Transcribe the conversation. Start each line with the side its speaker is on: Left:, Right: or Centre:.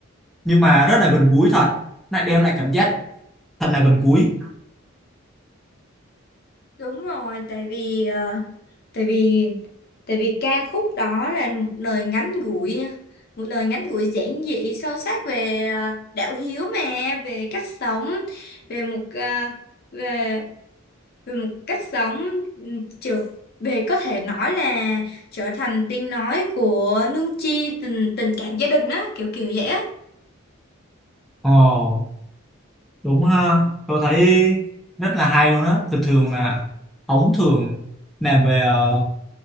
Centre: nhưng mà rất là gần gũi thật lại đem lại cảm giác thật là gần gũi
Left: Đúng rồi, tại vì ờ, tại vì tại vì ca khúc đó là một lời ngắn gủi một lời ngắn gủi giản dị sâu sắc về ờ, đạo hiếu mà về cách sống về một ờ, về về một cách sống trượt về có thể nói là trở thành tiếng nói của nương chi tình tình cảm gia đình á kiểu kiểu vậy á
Centre: Ồ đúng ha tôi thấy rất là hay luôn á thường thường là ống thường làm về ờ,